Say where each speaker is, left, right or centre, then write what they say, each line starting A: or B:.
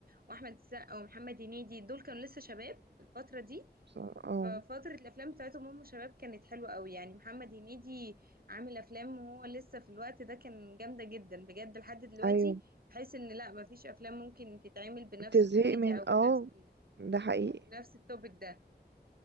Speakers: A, on the right (about 60°); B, on the right (about 80°).
A: واحمد السقا ومحمد هنيدي دول كانوا لسه شباب في الفترة دي
B: بصراحة اه
A: ففترة الافلام بتاعتهم هم شباب كانت حلوة قوي يعني محمد هنيدي عامل افلام وهو لسه في الوقت ده كان جامدة جدا بجد لحد دلوقتي
B: أيوة
A: بحيث ان لا مفيش افلام ممكن تتعمل بنفس
B: بتزهقي
A: الكوميديا
B: من
A: او بنفس
B: اه
A: ال...
B: ده حقيقي
A: نفس التوبيك ده